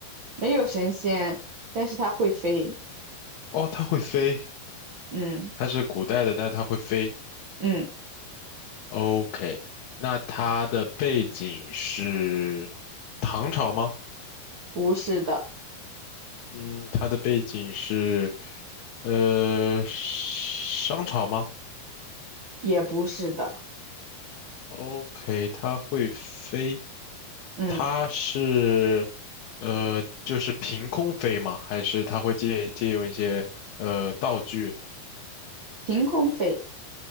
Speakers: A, on the right; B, on the left.
A: 没有神仙，但是他会飞。
B: 哦，它会飞，
A: 嗯
B: 它是古代的，但是它会飞。
A: 嗯，
B: OK，那它的背景是唐朝吗？
A: 不是的，
B: 嗯，它的背景是，呃，商朝吗
A: 也不是的，
B: ？OK，它会飞，
A: 嗯，
B: 它是。呃，就是凭空飞吗？还是它会借借用一些呃道具？
A: 凭空飞，